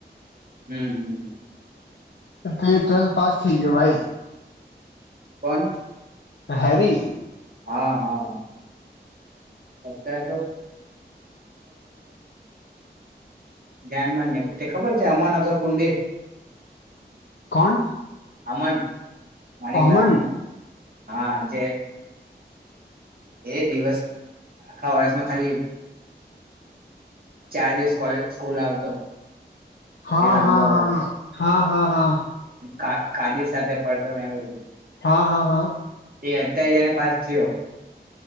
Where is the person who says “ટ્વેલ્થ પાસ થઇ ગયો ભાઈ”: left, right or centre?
Left